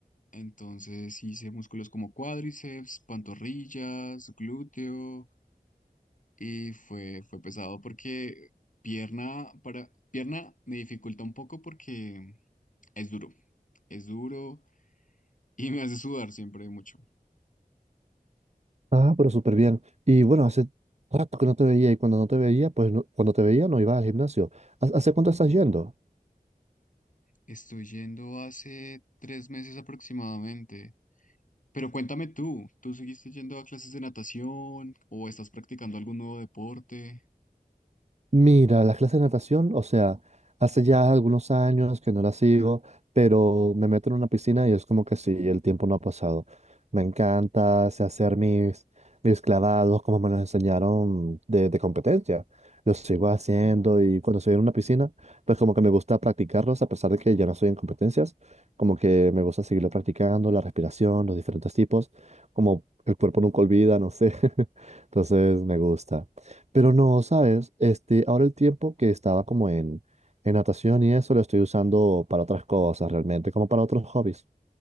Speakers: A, on the left; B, on the right.
A: Entonces hice músculos como cuádriceps, pantorrillas, glúteo y fue, fue pesado porque pierna, para, pierna me dificulta un poco porque es duro, es duro y me hace sudar siempre mucho.
B: Ah, pero súper bien. Y bueno, hace rato que no te veía y cuando no te veía, pues no- cuando te veía no ibas al gimnasio. ¿Hace hace cuánto estás yendo?
A: Estoy yendo hace tres meses aproximadamente. Pero cuéntame tú, ¿tú seguiste yendo a clases de natación o estás practicando algún nuevo deporte?
B: Mira, las clases de natación, o sea, hace ya algunos años que no las sigo, pero me meto en una piscina y es como que sí, el tiempo no ha pasado. Me encanta, sé hacer mis, mis clavados como me los enseñaron de, de competencia. Los sigo haciendo
A: Mm,
B: y cuando estoy en una piscina, pues como que me gusta practicarlos, a pesar de que ya no estoy en competencias, como que me gusta seguirlo practicando, la respiración, los diferentes tipos, como el cuerpo nunca olvida, no sé. <laughs> Entonces me gusta. Pero no, ¿sabes? Este, ahora el tiempo que estaba como en, en natación y eso lo estoy usando para otras cosas realmente, como para otros hobbies.